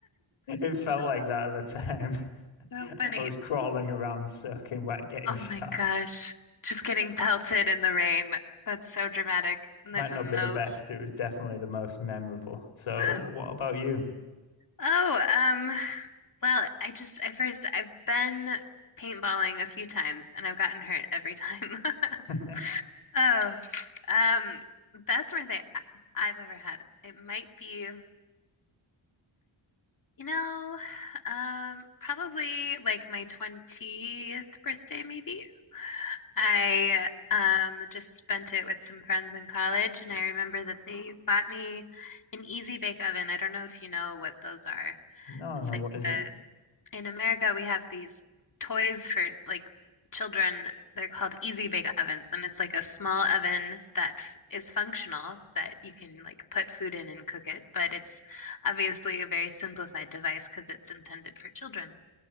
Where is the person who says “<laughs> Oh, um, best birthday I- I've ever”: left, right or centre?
Left